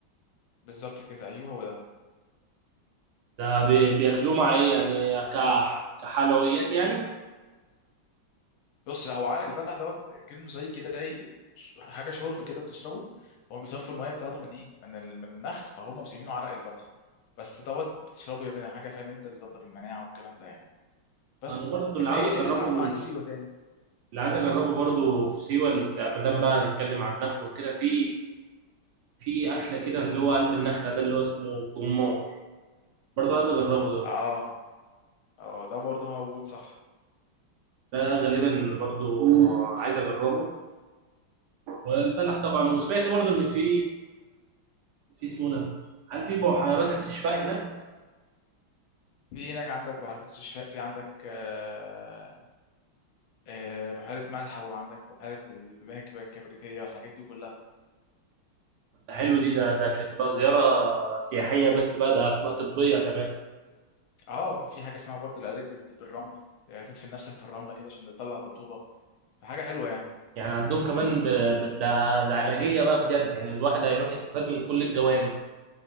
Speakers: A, on the left; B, on the right.
A: بالظبط كده ايوه هو ده
B: ده بي- بياكلوه مع ايه يعني كح- كحلويات يعني
A: بص هو عرق البلح دوت كأنه زي كده ايه ش- حاجه شرب كده بتشربه هو بيصفوا الميه بتاعته من ايه من ال- من النخل فهم مسمينه عرق البلح بس دوت بتشربه يبقى حاجه فاهم انت بيظبط المناعه والكلام ده يعني بس
B: انا برضو
A: انت
B: اللي عاوز
A: ايه
B: اجربه
A: إيه اللي تعرفه
B: من
A: عن سيوه تاني
B: اللي عايز اجربه برضو في سيوة ال- ما دام بقى نتكلم عن النخل وكده في في اكله كده اللي هو قلب النخله ده اللي هو اسمه الجمار برضو عايز اجربه ده
A: اه اه ده برضه موجود صح
B: ده غالبا برضو عايز اجربه والبلح طبعا وسمعت برضو ان في في اسمه ده هل في بحيرات استشفاء هناك
A: في هناك عندك بحيرات استشفاء في عندك آه آه بحيره ملح وعندك بحيره المهكبه الكبريتيه والحاجات دي كلها
B: ده حلو دي ده ده مش هتبقى زياره سياحيه بس بقى ده هتبقى طبيه كمان
A: اه وفي حاجه اسمها برضه العلاج بال- بالرمل آه، تدفن نفسك في الرمله كده عشان تطلع الرطوبه فحاجه حلوه يعني
B: يعني عندهم كمان ب... ب... ده ده علاجية بقى بجد يعني الواحد هيروح يستفاد من كل الجوانب